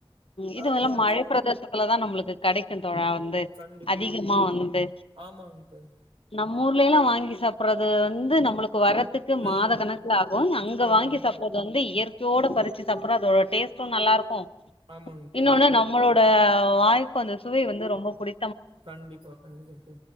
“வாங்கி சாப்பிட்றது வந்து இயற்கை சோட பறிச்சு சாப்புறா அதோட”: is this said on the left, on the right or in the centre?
Left